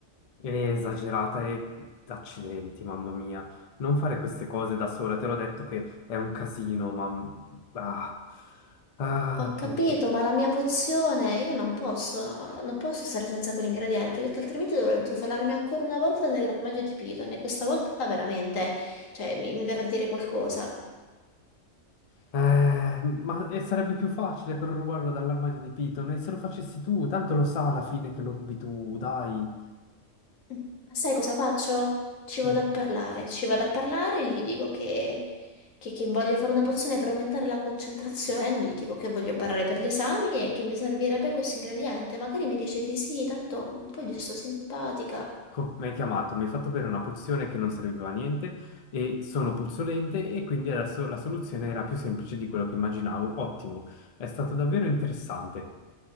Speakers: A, on the left (about 55°); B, on the left (about 80°).
A: esagerata e accidenti, mamma mia. Non fare queste cose da sola, te l'ho detto che è un casino, ma... Ah, ah, d'accordo.
B: Ho capito, ma la mia pozione io non posso, non posso stare senza quell'ingrediente perché altrimenti dovrò intrufolarmi ancora una volta nell'armadio di Python e questa volta veramente, cioè, mi, mi verrà a dire qualcosa.
A: Eh, ma e sarebbe più facile per rubarlo dall'armadio di Piton e se lo facessi tu, tanto lo sa alla fine che lo rubi tu, dai.
B: Mm, Ma sai cosa faccio? Ci vado
A: Mm.
B: a parlare, ci vado a parlare e gli dico che, che- che voglio fare una pozione per aumentare la concentrazione, non gli dico che voglio barare per gli esami e che mi servirebbe questo ingrediente. Magari mi dice di sì, tanto un po' gli sto simpatica.
A: Co- mi hai chiamato, mi hai fatto bere una pozione che non serviva a niente e sono puzzolente e quindi adesso la soluzione era più semplice di quello che immaginavo. Ottimo, è stato davvero interessante.